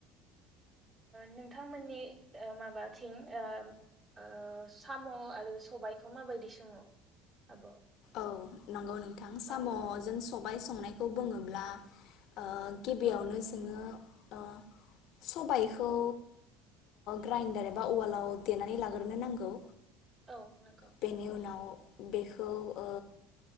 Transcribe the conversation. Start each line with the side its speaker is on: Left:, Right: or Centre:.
Right: नोंथांमोननि ओ माबाथिं ओ-ओ साम' आरो सबायखौ माबायदि सङो आब'?
Left: औ नंगौ नों थां
Right: औ
Left: साम'जों स' बाय संनायखौ बुङोब्ला। ओ गिबियावनो
Right: औ
Left: जोङो। ओ सबायखौ ग्राइन्दार एबा अवालाव देनानै लाग्रोनो नांगौ।
Right: औ नोंगौ।
Left: बेनि उनाव बेखौ ओ